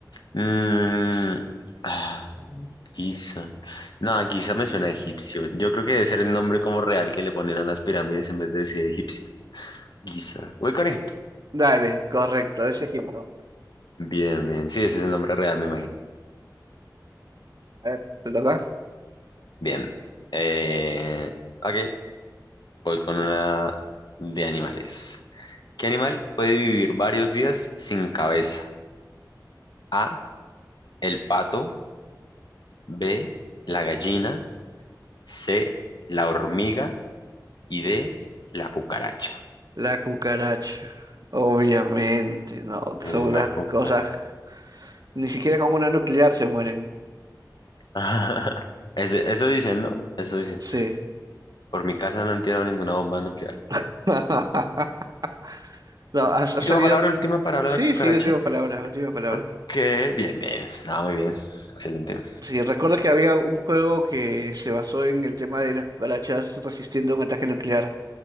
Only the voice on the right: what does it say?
Dale, correcto, es Egipto.
A ver, ¿te toca?
La cucaracha. Obviamente, no,
son unas
cosas. Ni siquiera con una nuclear se mueren.
Sí.
<laughs> No, ha, ha salido.
Sí,
sí, última palabra, última palabra.
Sí, recuerdo que había un juego que se basó en el tema de las cucarachas resistiendo un ataque nuclear,